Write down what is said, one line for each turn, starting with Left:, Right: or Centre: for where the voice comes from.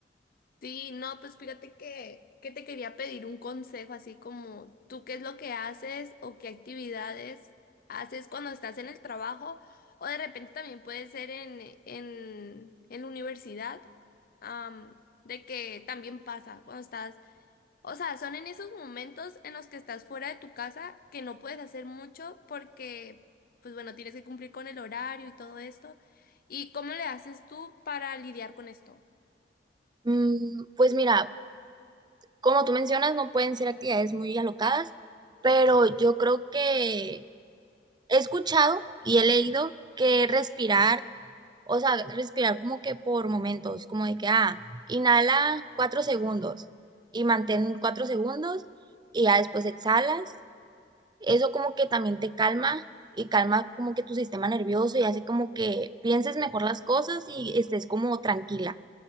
Left: Sí, no, pues fíjate que, que te quería pedir un consejo, así como tú qué es lo que haces o qué actividades haces cuando estás en el trabajo o de repente también puede ser en, en, en la universidad, am, de que también pasa cuando estás, o sea, son en esos momentos en los que estás fuera de tu casa que no puedes hacer mucho porque, pues bueno, tienes que cumplir con el horario y todo esto. ¿Y cómo le haces tú para lidiar con esto?
Right: Mm, pues mira, como tú mencionas, no pueden ser actividades muy alocadas, pero yo creo que he escuchado y he leído que respirar O sea, respirar como que por momentos, como de que, ah, inhala cuatro segundos y mantén cuatro segundos y ya después exhalas. Eso como que también te calma y calma como que tu sistema nervioso y hace como que pienses mejor las cosas y estés como tranquila.